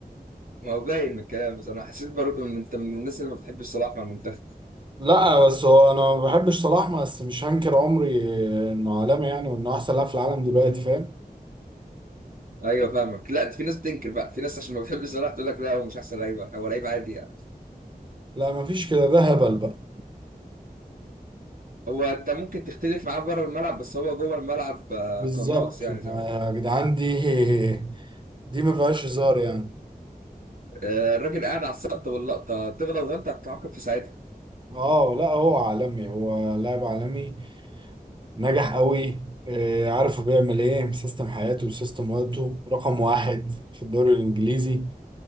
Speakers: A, on the right; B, on the right.
A: ما هو باين من الكلام بس انا حسيت برضه ان انت من الناس اللي ما بتحبش صلاح مع المنتخب
B: لا بس هو انا ما بحبش صلاح بس مش هنكر عمري انه عالمي يعني وانه احسن لاعب في العالم دلوقتي فاهم
A: ايوه فاهمك لا ده في ناس بتنكر بقى في ناس عشان ما بتحبش صلاح تقول لك لا هو مش احسن لعيب هو لعيب عادي يعني
B: لا ما فيش كده ده هبل بقى
A: هو انت ممكن تختلف معاه بره الملعب بس هو جوه الملعب آه،
B: بالظبط
A: قناص يعني
B: ما-
A: زي ما بقول
B: يا جدعان دي <laughs> دي ما فيهاش هزار يعني
A: آه، الراجل قاعد على السقطه واللقطه تغلط غلطه هتتعاقب في ساعتها
B: اه لا هو عالمي هو لاعب عالمي نجح قوي آه، عارف هو بيعمل ايه سيستم حياته وسيستم وقته رقم واحد في الدوري الانجليزي